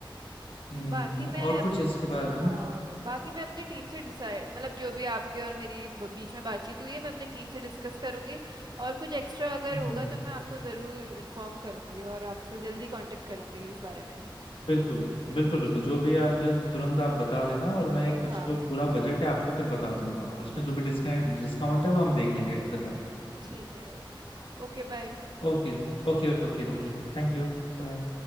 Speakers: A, on the left (about 80°); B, on the right (about 50°).
A: हम्म,
B: बाकी मैं
A: और कुछ इसके बारे में
B: हाँ बाकी मैं अपनी टीम से डिसाइड मतलब जो भी आपके और मेरी ब- बीच में बातचीत हुई है मैं अपनी टीम से डिस्कस करूंगी और कुछ एक्स्ट्रा अगर
A: हम्म,
B: होगा
A: हम्म, हम्म,
B: तो मैं आपको जरूर इन्फॉर्म करूंगी और आपसे जल्दी कांटेक्ट करूंगी इस बारे में
A: बिल्कुल बिल्कुल
B: अच्छा
A: बिल्कुल जो भी है मुझे तुरंत आप बता देना और मैं एक
B: हाँ
A: जो पूरा बजट है आपको फिर बता दूंगा और उसमें
B: अच्छे
A: जो भी डिस्काउंट डिस्काउंट है वो हम देख लेंगे फिर बाद
B: ठीक है Okay bye
A: Okay okay okay okay thank you Bye